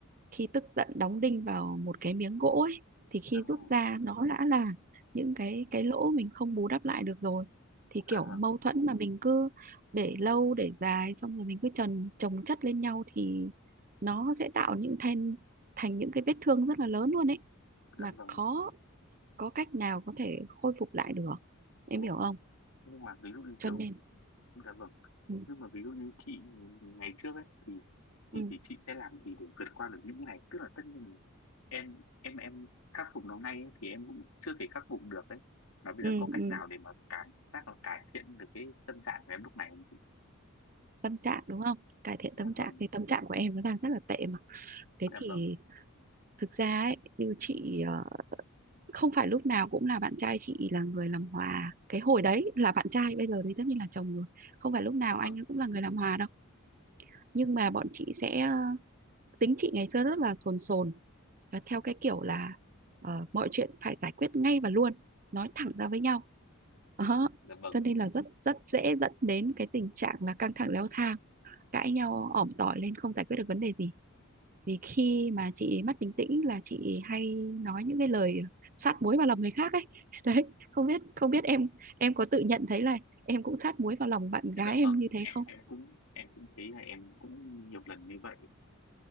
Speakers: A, on the right; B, on the left.
A: khi tức giận đóng đinh vào một cái miếng gỗ ấy, thì khi
B: dạ
A: rút
B: vâng
A: ra nó đã là những cái cái lỗ mình không bù đắp lại được rồi thì kiểu
B: dạ vâng
A: mâu thuẫn mà mình cứ để lâu để dài xong rồi mình cứ chồng chồng chất lên nhau thì nó sẽ tạo những thành thành những cái vết thương rất là lớn luôn ấy
B: dạ
A: mà
B: vâng
A: khó có cách nào có thể khôi phục lại được
B: của
A: em hiểu không
B: nhưng mà ví dụ như
A: cho
B: kiểu
A: nên
B: dạ vâng
A: ừ,
B: nhưng mà ví dụ như chị ngày trước ấy thì thì
A: ừ,
B: thì chị sẽ làm gì để vượt qua được những cái này tức là tất nhiên em em em khắc phục nó ngay ấy, thì em cũng chưa thể khắc phục được đấy mà bây
A: ừ,
B: giờ có cách
A: ừ.
B: nào để mà cảm giác là cải thiện được cái tâm trạng của em lúc này không chị
A: tâm trạng đúng không cải thiện
B: dạ
A: tâm trạng
B: vâng
A: thì tâm trạng của em nó đang rất là tệ mà thế
B: dạ
A: thì
B: vâng
A: thực ra ấy như chị ờ, không phải lúc nào cũng là bạn trai chị là người làm hòa cái hồi đấy là bạn trai bây giờ thì tất nhiên là chồng rồi không phải lúc nào
B: dạ
A: anh
B: vâng
A: ấy cũng là người làm hòa đâu nhưng mà bọn chị sẽ ờ, tính chị ngày xưa rất là sồn sồn và theo cái kiểu là ờ, mọi chuyện phải giải quyết ngay và luôn nói thẳng ra với nhau đó
B: dạ vâng
A: cho nên là rất rất dễ dẫn đến cái tình trạng là căng thẳng leo thang cãi nhau ỏm tỏi lên không giải quyết được vấn đề gì vì khi mà chị mất bình tĩnh là chị hay nói những cái lời sát muối vào lòng người khác ấy <laughs> đấy không biết không biết em em có tự nhận thấy là em cũng sát muối vào lòng bạn gái
B: dạ
A: em
B: vâng
A: như thế
B: em
A: không
B: em cũng em cũng thấy là em cũng nhiều lần như vậy